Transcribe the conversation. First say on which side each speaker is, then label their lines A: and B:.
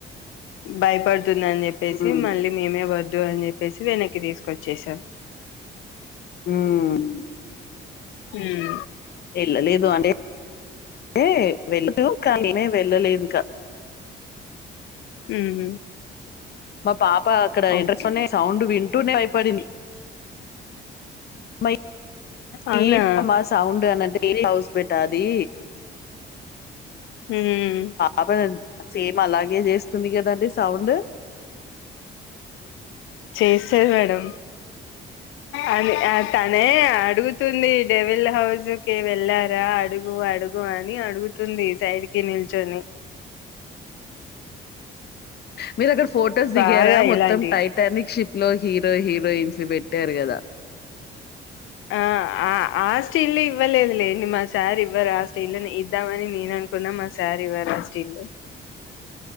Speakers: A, on the left; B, on the left.
A: భయపడుతుందన్జేప్పేసి
B: ఉమ్,
A: మళ్ళీ మేమే వద్దు అన్జెప్పేసి వెనక్కి తీస్కొచ్చేసాం
B: మ్ మ్
A: హుమ్
B: ఏళ్ళలేదు అంటే <unintelligible> వె <unintelligible> కాని మేమే వెళ్ళలేదిన్కా.
A: ఉహు
B: మా పాప అక్కడ
A: ఓకే
B: ఏన్ట్రెస్లోనె సౌండ్ వింటూనే భయపడింది "అమ్మ,
A: అవునా
B: ఏంటమ్మా సౌండ్ అనన్టే ఏ <unintelligible> హౌస్ బేటా అది
A: హు మ్ మ్
B: అప్ప <unintelligible> సేమ్ అలాగే జేస్తుంది కదండి సౌండు.
A: చేస్తది మేడం అన్ య తనే అడుగు. తుంది డెవిల్ హౌజు కి వెళ్ళారా? అడుగు అడుగు అని అడుగుతుంది సైడి. కి నిల్చొని
B: మీరక్కడ ఫొటోస్ దిగారా
A: బాగా
B: మొత్తం
A: ఇలాంటివి
B: టై టర్నిషిప్ లో హీరో హీరోయిన్స్ పెట్టారు కదా
A: ఆ ఆ ఆస్టిల్లివ్వలేదులేండి మా సార్ ఇవ్వరు, ఆ స్టిల్లుని ఇద్దామని నేనన్. కున్న మా సార్ ఇవ్వరా స్టిల్లు